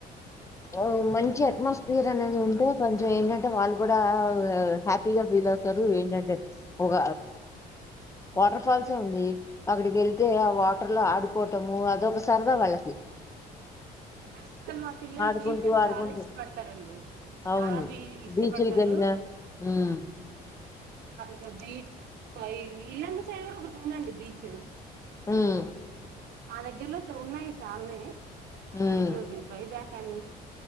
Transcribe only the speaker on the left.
ఓగ్ మంచి అట్మాస్ సీరనేది ఉంటే కొంచెం ఏంటంటే వాళ్ కూడా ఒగ హ్యాపీగా ఫీల్ అవుతారు ఏంటంటే ఒగ వాటర్ఫాల్స్ సే ఉంది అక్కడికెళ్తే ఆ వాటర్ లో ఆడుకోటము అదొక స సరదా వాళ్ళకి
ఆడుకుంటూ
ఆడుకుంటూ
అవును
బీచులకెల్న మ్మ్
మ్మ్
ఉమ్